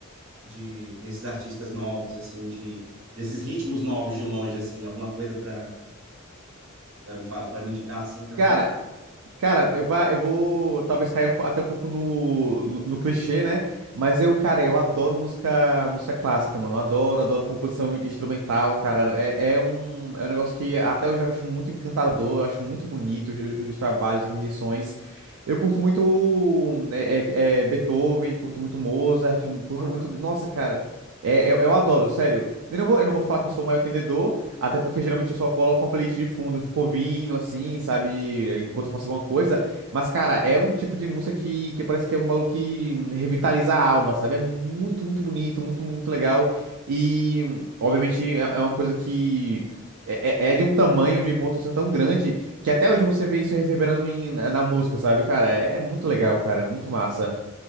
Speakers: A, on the right; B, on the right.
A: de desses artistas novos, assim, de desses ritmos novos de longe, assim, alguma coisa para para me falar, para me indicar, assim, também?
B: cara. Cara, eu, pa- eu vou talvez cair um po- até um pouco no, no, no clichê, né? Mas eu, cara, eu adoro música, música clássica, mano. Eu adoro, adoro composição instrumental, cara. É, é um, é um negócio que até hoje eu acho muito encantador, eu acho muito bonito os, os trabalhos e rendições. Eu curto muito é, é, é, Beethoven, curto muito Mozart, curto
A: Olha,
B: muito.
A: bacana.
B: Nossa, cara, é, eu, eu adoro, sério. Eu não vou, eu não vou falar que eu sou o maior entendedor. Até porque geralmente eu só coloco uma playlist de fundo, fico ouvindo assim, sabe? Enquanto eu faço alguma coisa. Mas, cara, é um tipo de música que, que parece que é um bagulho que revitaliza a alma, sabe? É muito, muito bonito, muito, muito legal. E, obviamente, é, é uma coisa que é, é- é de um tamanho, de importância tão grande, que até hoje você vê isso reverberando em- na na música, sabe? Cara, é é muito legal, cara, é muito massa.